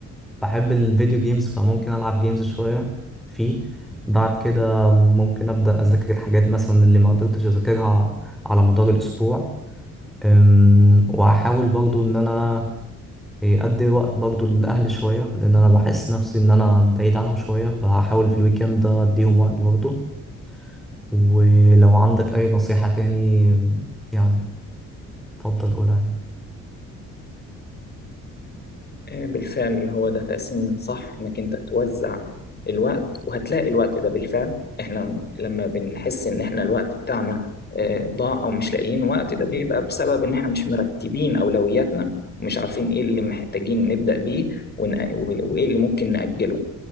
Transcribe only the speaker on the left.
آه، بالفعل هو ده تقسيم صح انك انت توزع الوقت وهتلاقي الوقت ده بالفعل احنا لما بنحس ان احنا الوقت بتاعنا آه، ضاع او مش لاقيين وقت ده بيبقى بسبب ان احنا مش مرتبين اولوياتنا ومش عارفين ايه اللي محتاجين نبدأ بيه ون- وايه اللي ممكن نأجله